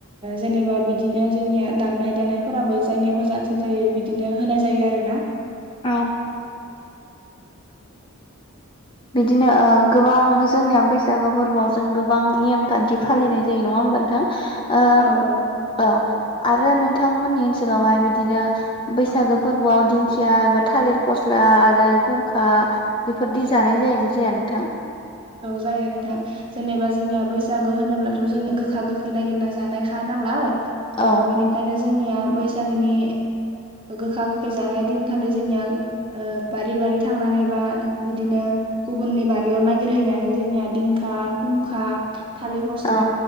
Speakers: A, on the right (about 25°); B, on the left (about 20°).
A: जेनेबा बिदिनो जोंनिया दामनाय देनायफोराबो जायनिया मोजांसिन जायो बिदिनो होनाय जायो आरो। ना
B: औ बिदिनो गोबां जोंनिया बैसागो फोरबोआव जों गोबां नियम खान्थि फालिनाय जायो नङा होम मोनथ ओ
A: औ औ
B: औ आरो नोंथांमोननि ओनसोलावहाय बिदिनो बैसागो फोरबोआव दिंखिया एबा थालिर फस्ला आ आरो गुंखा बेफोरदि जानाय जायज जाया नोंथां?
A: जायो नोंथां जेनेबा जोंनिया बैसागो होनोब्लाथ जोंनिया गोखा गोखै ननायागिरना जानाय खानाय। नालाय
B: औ
A: बेनियनो जोंनिया बैसागोनि गोखा गोखै जानाय दिन खालि जोंनिया ब बारि बारि थांनानै बा बिदिनो गुबुननि बारि गिर होयैनानै जोंनि दिखा थालिर फ
B: औ